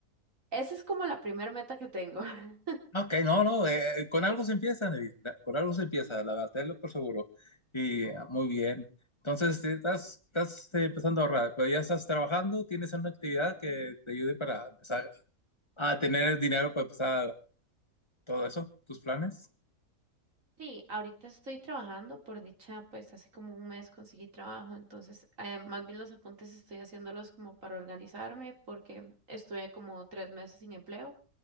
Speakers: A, on the right (about 55°); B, on the left (about 20°).
A: Esa es como la primera meta que tengo. <laughs>
B: Ah, Ok, no, no. eh, eh, con algo se empieza, Navir. la- Con algo se empieza, la verdad, tenlo por seguro. Y ah, muy bien. Entonces, te estás, estás eh, empezando a ahorrar, pero ya estás trabajando, tienes una actividad que te ayude para empezar a tener dinero para empezar todo eso, tus planes.
A: Sí, ahorita estoy trabajando, por dicha, pues hace como un mes conseguí trabajo, entonces eh, más bien los apuntes estoy haciéndolos como para organizarme porque estuve como tres meses sin empleo,